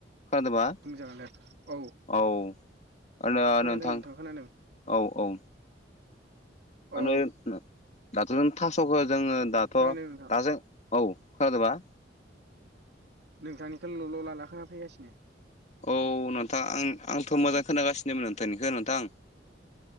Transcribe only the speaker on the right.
बुंजागोन दे औ।
खोनादों
खोनादों
औ
खोनादों नोंथां
नोंथांनिखोन ल'ल' लाला खोनाफैगासिनो।